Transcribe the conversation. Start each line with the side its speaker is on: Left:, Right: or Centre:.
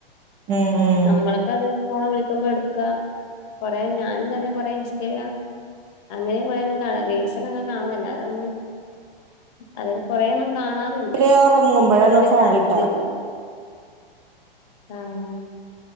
Right: ഉം ഉം
Left: നമ്മളൊക്ക അത് ഫോൺ വിളിക്കുമ്പോ എടുക്കാ കൊറേ ഞാനും നല്ല കൊറേ ഇൻസ്റ്റഗ്രാം അങ്ങനെ കൊറേന്നും കാണാ റീൽസക്കയിങ്ങനെ കാണും അല്ലാതൊന്നും അതൊക്കെ കൊറെ ഒന്നും കാണാ പ്പൊല്ല്യാ
Right: ഇവര് ഉറങ്ങുമ്പോഴാണ്
Left: ഇൻക്ക് അതിനോട് വെല്യ
Right: ഫോൺ
Left: താല്പര്യൊന്നു
Right: കിട്ടാ
Left: ആഹ്